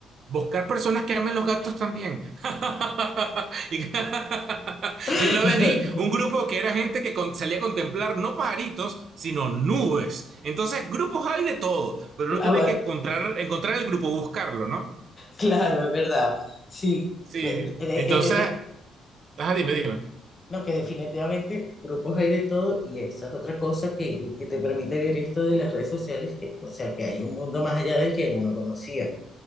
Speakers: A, on the right; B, on the left.
A: Buscar personas que amen los gatos también. <laughs> Y- <laughs> Yo
B: <laughs>
A: una vez vi un grupo que era gente que con- salía a contemplar no pajaritos, sino nubes. Entonces, grupos hay de todo, pero uno tiene
B: Ah, va-
A: que encontrar, encontrar el grupo, buscarlo, ¿no?
B: Claro, es verdad, sí.
A: Sí.
B: Eh, eh,
A: Entonces,
B: eh, de-
A: ajá, dime, dime.
B: No, que definitivamente grupos hay de todo y esa es otra cosa que, que te permite ver esto de las redes sociales, que, o sea, que hay un mundo más allá del que uno conocía,